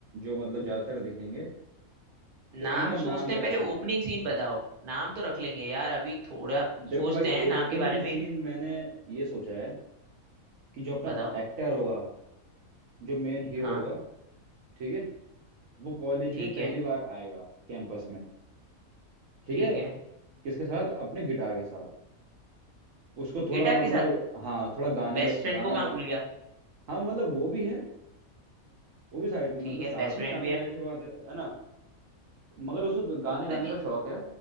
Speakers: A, on the right; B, on the right.
A: जो मतलब ज्यादातर दिखेंगे
B: नाम
A: तो इनका नाम
B: सोचते
A: क्या
B: हैं पहले
A: रखना
B: ओपनिंग
A: है
B: सीन बताओ नाम तो रख लेंगे यार अभी थोड़ा
A: देखो
B: सोचते
A: भाई
B: हैं नाम
A: ओपनिंग
B: के बारे में
A: सीन मैंने ये सोचा है कि जो अपना
B: बताओ
A: एक्टर होगा जो मेन हीरो
B: हाँ
A: होगा ठीक है वो कॉलेज
B: ठीक
A: में पहली
B: है
A: बार आएगा कैंपस में ठीक
B: ठीक
A: है
B: है
A: किसके साथ अपने गिटार के साथ उसको थोड़ा
B: गिटार
A: मतलब
B: के साथ
A: हाँ थोड़ा गाने
B: बेस्ट
A: का
B: फ्रेंड
A: गाना
B: को कहाँ
A: गा
B: भूल गया
A: हाँ मतलब वो भी है वो भी साइड
B: ठीक
A: मतलब
B: है
A: साथ
B: बेस्ट फ्रेंड
A: में ही आते
B: भी है
A: हैं जाहिर सी बात है है ना मगर उसको गाने
B: तो
A: गाने
B: जी-
A: का शौक है